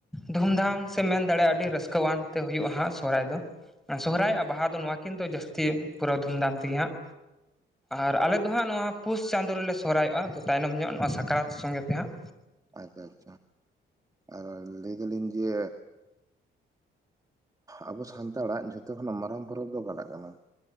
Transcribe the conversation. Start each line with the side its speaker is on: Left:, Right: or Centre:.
Centre: ᱫᱷᱩᱢᱫᱷᱟᱢ ᱥᱮ ᱢᱮᱱ ᱫᱟᱲᱮᱭᱟᱜᱼᱟ ᱟᱹᱰᱤ ᱨᱟᱹᱥᱠᱟᱹᱣᱟᱱ ᱛᱮ ᱦᱩᱭᱩᱜᱼᱟ ᱦᱟᱸᱜ ᱥᱚᱦᱨᱟᱭ ᱫᱚ ᱥᱚᱦᱨᱟᱭ
Right: ᱟᱪᱪᱷᱟ
Centre: ᱟᱨ ᱵᱟᱦᱟ ᱫᱚ ᱱᱚᱣᱟ ᱠᱤᱱ ᱫᱚ ᱡᱟᱹᱥᱛᱤ ᱯᱩᱨᱟᱹ ᱫᱷᱩᱢᱫᱷᱟᱢ ᱛᱮᱜᱮ ᱦᱟᱸᱜ ᱟᱨ ᱟᱞᱮ ᱫᱚ ᱦᱟᱸᱜ ᱱᱚᱣᱟ ᱯᱩᱥ ᱪᱟᱸᱫᱚ ᱨᱮᱞᱮ ᱥᱚᱨᱦᱟᱭᱚᱜᱼᱟ ᱛᱟᱭᱱᱚᱢ ᱧᱚᱜ ᱱᱚᱣᱟ ᱥᱟᱠᱨᱟᱛ ᱥᱚᱸᱜᱮ ᱛᱮ ᱦᱟᱸᱜ
Right: ᱟᱪᱪᱷᱟ ᱟᱪᱪᱷᱟ ᱟᱨ ᱞᱟᱹᱭ ᱮᱫᱟᱞᱤᱧ ᱡᱮ ᱟᱵᱚ ᱥᱟᱱᱛᱟᱲᱟᱜ ᱡᱷᱚᱛᱚ ᱠᱷᱚᱱᱟᱜ ᱢᱟᱨᱟᱝ ᱯᱚᱨᱚᱵᱽ ᱫᱚ ᱚᱠᱟᱴᱟᱜ ᱠᱟᱱᱟ